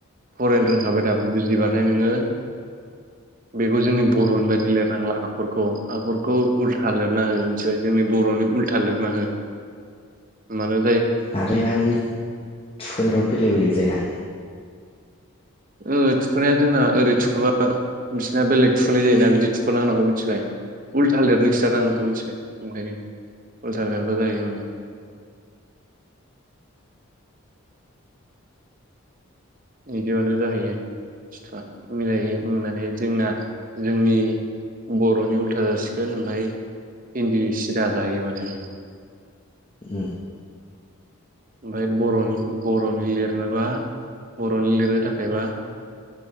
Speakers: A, on the right (about 40°); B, on the left (about 25°).
A: फरायनो रोंखाबाय दा बुजिबाथाय नोङो। बेखौ जोंनि बर'नि बायदि लिरनांला आखरखौ आखरखौ उल्था लिरना हो मिथिबाय जोंनि बर'नि उल्था लिरना हो‌ होमबानो
B: आरो एना बे थुखोनायाबो बेलेग बेलेग जायोना।
A: ओ थुखोननाया जोंना ओरै थुखोबा बिसिना बेलेग थुखोननाय जायोना बिदि थुख'ना होनांगौ मिथिबाय। उल्था लिरनो खिथादों नोंखौ मिथिबाय ओंखायनो उल्था लेरबा जायो माने <inaudible> इदियावनो जाहैयो फिथा मिलायो माने जोंना जोंनि बर'नि उल्था जासिगोन ओमफाय हिन्दिनि सिदाजाहैयो माने बे
B: उम
A: ओमफाय बर'नि बर'नि लिरनोबा बर'नि लिरनो थाखायबा